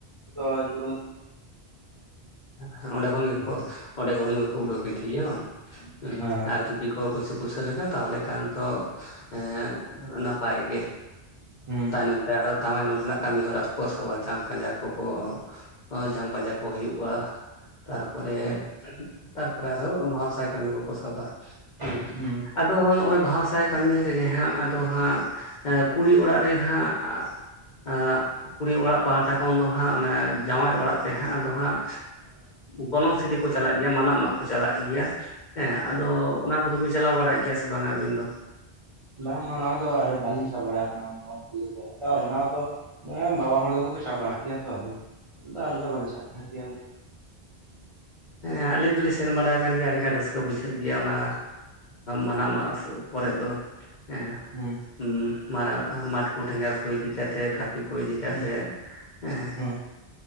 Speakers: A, on the right; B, on the left.
A: ᱫᱚ ᱡᱚᱢ
B: ᱦᱮᱸ ᱚᱸᱰᱮ
A: ᱪᱮᱫ
B: ᱠᱷᱚᱱ
A: ᱞᱮᱠᱟ
B: ᱜᱮ ᱚᱸᱰᱮ ᱠᱷᱚᱱ ᱜᱮ ᱩᱰᱩᱠ ᱤᱫᱤᱭᱮᱭᱟ ᱵᱟᱝ ᱦᱩᱸ
A: ᱦᱮᱸ
B: ᱟᱨ ᱡᱩᱫᱤ ᱠᱚ ᱠᱩᱥᱤ ᱠᱩᱥᱟᱹᱞ ᱮᱱᱟ ᱛᱟᱦᱚᱞᱮ ᱠᱷᱟᱱ ᱫᱚ ᱮᱸᱜ ᱱᱟᱯᱟᱭ ᱜᱮ᱾
A: ᱦᱮᱸ
B: ᱛᱟᱭᱱᱚᱢ ᱛᱮ ᱟᱨᱦᱚ ᱛᱟᱭᱱᱚᱢ ᱨᱮᱱᱟᱜ ᱠᱟᱹᱢᱤ ᱦᱚᱨᱟ ᱠᱚ ᱥᱟᱵᱟ ᱡᱟᱝ ᱯᱟᱸᱡᱟ ᱠᱚᱠᱚ ᱟ ᱡᱟᱝ ᱯᱟᱡᱟ ᱠᱚ ᱦᱩᱭᱩᱜᱼᱟ᱾ ᱛᱟᱨᱯᱚᱨᱮ,
A: ᱦᱮᱸ
B: ᱛᱟᱨᱯᱚᱨᱮ ᱟᱨᱦᱚᱸ ᱵᱟᱦᱟ ᱥᱟᱭ ᱠᱟᱹᱢᱤ ᱠᱚᱠᱚ ᱥᱟᱵᱟ᱾ᱦᱩᱸ
A: ᱦᱮᱸ
B: ᱟᱫᱚ ᱱᱚᱜ-ᱚᱭ ᱵᱟᱦᱟ ᱥᱟᱭ ᱠᱟᱹᱢᱤ ᱨᱮᱜᱮ ᱦᱟᱸᱜ ᱟᱫᱚ ᱦᱟᱸᱜ ᱠᱩᱲᱤ ᱚᱲᱟᱜ ᱮᱱ ᱦᱟᱸᱜ ᱟᱸᱜ ᱠᱩᱲᱤ ᱚᱲᱟᱜ ᱯᱟᱦᱴᱟ ᱠᱷᱚᱱ ᱫᱚ ᱦᱟᱸᱜ ᱚᱱᱮ ᱡᱟᱶᱟᱭ ᱚᱲᱟᱜ ᱛᱮ ᱦᱟᱸᱜ ᱟᱫᱚ ᱦᱟᱸᱜ, ᱜᱚᱱᱚᱝ ᱥᱤᱫᱤ ᱠᱚ ᱪᱟᱞᱟᱜ ᱜᱮᱭᱟ ᱢᱟᱱᱟᱜ ᱢᱟ ᱠᱚ ᱠᱚ ᱪᱟᱞᱟᱜ ᱜᱮᱭᱟ ᱦᱮᱸ ᱟᱫᱚ ᱚᱱᱟ ᱠᱚᱫᱚ ᱵᱤᱱ ᱪᱟᱞᱟᱣ ᱵᱟᱲᱟᱜ ᱜᱮᱭᱟ ᱥᱮ ᱵᱟᱝ ᱟᱹᱵᱤᱱ ᱫᱚ?
A: ᱵᱟᱝ ᱱᱚᱣᱟ ᱫᱚ ᱵᱟᱹᱞᱤᱧ ᱥᱟᱵ ᱵᱟᱲᱟ ᱟᱠᱟᱱᱟ ᱜᱚᱲ <inaudible> ᱟᱫᱚ
B: ᱦᱮᱸ
A: ᱚᱱᱟ ᱫᱚ ᱱᱚᱜ-ᱚᱭ ᱵᱟᱵᱟ ᱦᱚᱲ ᱫᱚᱠᱚ ᱠᱚ ᱪᱟᱜ ᱵᱟᱲᱟᱜ ᱜᱮᱭᱟ ᱛᱚ, ᱟᱞᱮ ᱫᱚ ᱩᱱᱟᱹᱜ ᱵᱟᱞᱮ ᱪᱟᱜ ᱵᱟᱲᱟᱜ ᱜᱮᱭᱟ᱾
B: ᱦᱮᱸ ᱟᱹᱞᱤᱧ ᱫᱚᱞᱤᱧ ᱥᱮᱱ ᱵᱟᱲᱟ ᱟᱠᱟᱱ ᱜᱮᱭᱟ ᱟᱹᱰᱤᱜᱟᱱ ᱨᱟᱹᱥᱠᱟᱹ ᱵᱩᱡᱷᱟᱹᱜ ᱜᱮᱭᱟ ᱚᱱᱟ ᱢᱟᱱᱟ ᱢᱟ ᱠᱚᱨᱮ ᱫᱚ ᱮᱸ
A: ᱦᱩᱸ
B: ᱩᱸ ᱢᱟᱨᱟ ᱢᱟᱴᱷ ᱠᱚᱴᱷᱮ ᱡᱟᱦᱟᱭ ᱠᱚ ᱤᱫᱤ ᱠᱟᱛᱮᱜ ᱤ ᱠᱚ ᱤᱫᱤ ᱠᱟᱛᱮ
A: ᱦᱩᱸ
B: ᱦᱮᱸ
A: ᱦᱩᱸ